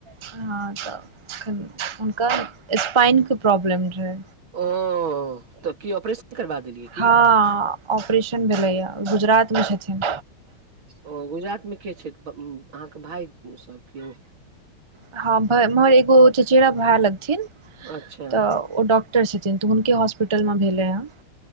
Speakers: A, on the right; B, on the right.
A: हँ तऽखन हुनका स्पाइनके प्रॉब्लम छै
B: ओ त की ऑपरेशन करबा देलिही
A: हँ ऑपरेशन भेलैए गुजरात मे छथिन
B: ओ गुजरात मे के छै अहाँके भाय सब केओ कि
A: हाँ एगो चचेरा भय लगथिन
B: अच्छा
A: तऽ ओ डॉक रहै छथिन तऽ हुनके हॉस्पिटल मे भेलै ह